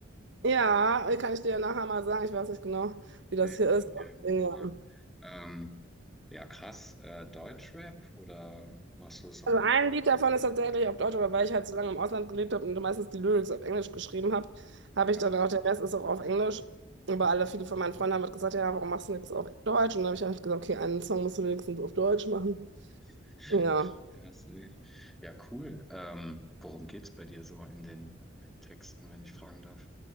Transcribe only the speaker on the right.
Ja, kann ich dir ja nachher mal sagen. Ich weiß nicht genau, wie das
hier ist.
Ja.
Also
ein Lied davon ist tatsächlich auf Deutsch, aber weil ich halt so lange im Ausland gelebt habe und meistens die Lyrics auf Englisch geschrieben habe, habe
ich dann auch, der Rest ist auch auf Englisch. Aber alle, viele von meinen Freunden haben halt gesagt, ja, warum machst du nichts auf Deutsch? Und dann habe ich halt gesagt, okay, einen Song musst du wenigstens auf Deutsch machen.
Ja,